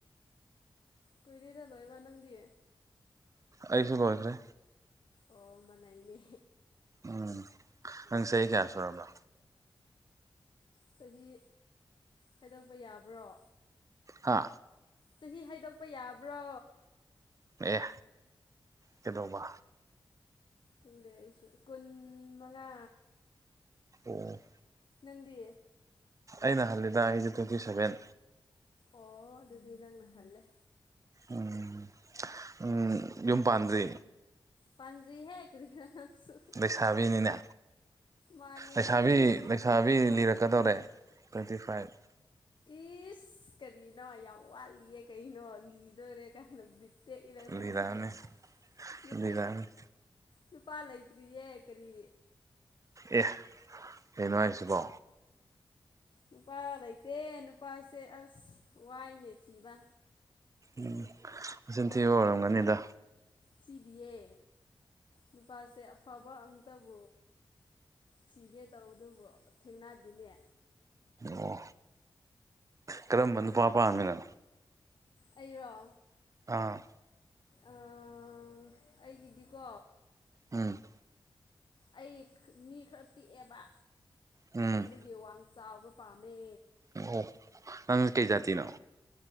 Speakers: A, on the left; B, on the right.
A: ꯀꯨꯏꯔꯦꯗ ꯂꯣꯏꯕ ꯅꯪꯗꯤ
B: ꯑꯩꯁꯨ ꯂꯣꯢꯈ꯭ꯔꯦ
A: ꯑꯣ ꯃꯟꯅꯩꯅꯦ
B: ꯎꯝ ꯅꯪ ꯆꯍꯤ ꯀꯌꯥꯁꯨꯔꯕ
A: ꯆꯍꯤ ꯍꯥꯏꯗꯣꯛꯄ ꯌꯥꯕ꯭ꯔꯣ
B: ꯍꯥ
A: ꯆꯍꯤ ꯍꯥꯏꯗꯣꯛꯄ ꯌꯥꯕ꯭ꯔꯣ
B: ꯑꯦ ꯀꯩꯗꯧꯕ
A: ꯈꯪꯗꯦ ꯑꯩꯁꯨ ꯀꯨꯟ ꯃꯉꯥ
B: ꯑꯣ
A: ꯅꯪꯗꯤ
B: ꯑꯩꯅ ꯍꯜꯂꯦꯗ ꯑꯩꯁꯨ ꯇ꯭ꯋꯦꯟꯇꯤ ꯁꯚꯦꯟ
A: ꯑꯣ ꯑꯗꯨꯗꯤ ꯅꯪꯅꯍꯜꯂꯦ
B: ꯎꯝ ꯎꯝ ꯌꯨꯝ ꯄꯥꯟꯗ꯭ꯔꯤ
A: ꯄꯟꯗꯔꯤ ꯍꯦ ꯀꯔꯤꯔ ꯅꯪꯁꯨ
B: ꯂꯩꯁꯥꯕꯤꯅꯤꯅꯦ
A: ꯃꯥꯅꯦ
B: ꯂꯩꯁꯥꯕꯤ
A: ꯅꯪꯗꯤ
B: ꯂꯩꯁꯥꯕꯤ ꯂꯤꯔꯛꯀꯗꯧꯔꯦ ꯇ꯭ꯋꯦꯟꯇꯤ ꯐꯥꯏꯚ
A: ꯏꯁ ꯀꯔꯤꯅꯣ ꯌꯥꯝ ꯋꯥꯠꯂꯤꯑ ꯀꯩꯅꯣ ꯂꯤꯗꯣꯏꯔꯦ ꯀꯥꯏꯅ ꯕꯤꯠ ꯇꯦꯛꯏꯗ ꯅꯪ
B: ꯂꯤꯔꯛꯑꯅꯤ
A: ꯁꯤꯗꯤ ꯅꯨꯄꯤ
B: ꯂꯤꯔꯛꯑꯅꯤ
A: ꯅꯨꯄꯥ ꯂꯩꯇꯔꯤ ꯌꯦ ꯀꯔꯤ
B: ꯑꯦ ꯀꯩꯅꯣ ꯍꯥꯢꯁꯤꯕꯣ
A: ꯅꯨꯄꯥ ꯂꯩꯇꯦ ꯅꯨꯄꯥꯁꯦ ꯑꯁ ꯋꯥꯏꯅꯦ ꯊꯤꯕ
B: ꯎꯝ ꯃꯆꯤꯟꯊꯤꯕ ꯑꯣꯏꯔꯝꯒꯅꯤꯗ
A: ꯇꯤꯗꯤꯌꯦ ꯅꯨꯄꯥꯁꯦ ꯑꯐꯕ ꯑꯝꯇꯕꯨ ꯊꯤꯒꯦ ꯇꯧꯕ ꯑꯗꯨꯕꯨ ꯊꯦꯡꯅꯗꯤꯅꯦ
B: ꯑꯣ ꯀꯔꯝꯕ ꯅꯨꯄꯥ ꯄꯥꯝꯃꯤꯅꯣ
A: ꯑꯩꯔꯣ
B: ꯑꯥ
A: ꯑꯥ ꯑꯩꯒꯤꯗꯤꯀꯣ
B: ꯎꯝ
A: ꯑꯩ ꯃꯤ ꯈꯔ ꯄꯤꯛꯑꯦꯕ
B: ꯎꯝ
A: ꯑꯗꯨꯒꯤ ꯋꯥꯡ ꯆꯥꯎꯕ ꯄꯥꯝꯃꯦ
B: ꯑꯣ ꯅꯪ ꯀꯩ ꯖꯥꯇꯤꯅꯣ